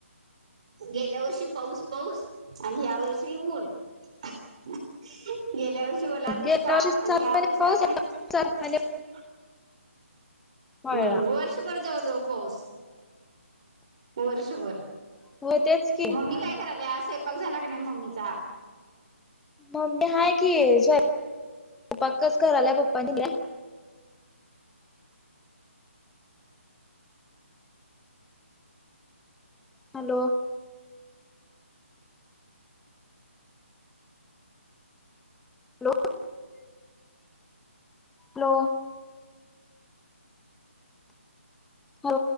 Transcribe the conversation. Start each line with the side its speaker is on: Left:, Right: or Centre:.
Right: गेल्या वर्षी पाऊस, पाऊस आणि या वर्षी ऊन. गेल्या वर्षी वला दुष्काळ
Centre: गेल्या वर्षी
Right: का
Centre: सात
Right: आणि या
Centre: महिने
Right: वर्षी
Centre: पाऊस
Right: आता <unintelligible>
Centre: सात महिने पडला
Right: हम्म वर्षभर जवळ जवळ पाऊस. वर्षभर
Centre: होय तेच की
Right: मम्मी काय कराल्या आज स्वयंपाक झाला का नाही मम्मीचा?
Centre: मम्मी हाय कि सोय पाकच कराल्या <unintelligible> हॅलो. <unintelligible> लो हो.